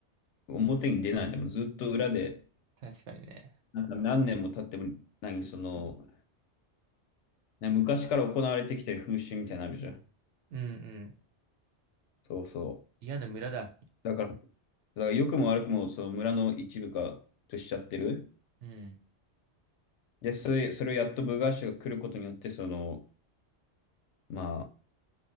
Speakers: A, on the left (about 80°); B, on the right (about 80°).
A: 表に出ないじゃん。ずっと裏で、
B: 確かにね。
A: なんか何年も経っても、何、その、ね昔から行われてきてる風習みたいなのあるじゃん。
B: うんうん。
A: そうそ
B: 嫌な村だ。
A: う。だから、だから良くも悪くも、その村の一部化としちゃってる。
B: うん。
A: で、それ、それをやっと部外者が来ることによって、その、ま